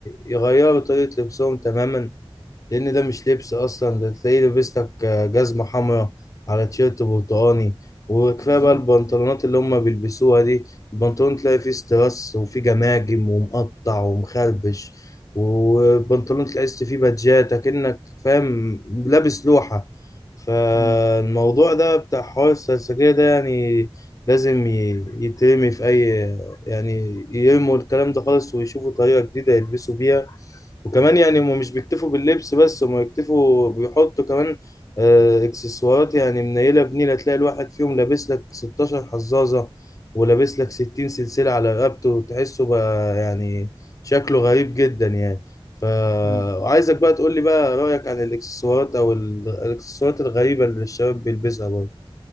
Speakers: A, on the left; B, on the right.
A: يغيروا طريقة لبسهم تماما لان ده مش لبس اصلا ده تلاقيه لابس لك آه، جزمه حمراء على تيشيرت برتقاني وكفايه
B: بالظبط
A: بقى البنطلونات اللي هم بيلبسوها دي البنطلون تلاقي فيه استرس وفيه جماجم ومقطع ومخربش والبنطلون تلاقي است فيه بادجات اكنك فاهم لابس لوحه فالموضوع
B: امم
A: ده بتاع حوار السرسجية ده يعني لازم ي- يترمي في أي يعني يرموا الكلام ده خالص ويشوفوا طريقة جديدة يلبسوا بيها وكمان يعني هم مش بيكتفوا باللبس بس هم بيكتفوا بيحطوا كمان آه، اكسسوارات يعني منيلة بنيلة تلاقي الواحد فيهم لابس لك 16 حزازة ولابس لك 60 سلسلة على رقبته تحسه بقى يعني شكله غريب جدا يعني فعايزك
B: امم
A: بقى تقول لي بقى رأيك عن الاكسسوارات او ال- الاكسسوارات الغريبة اللي الشباب بيلبسها برضه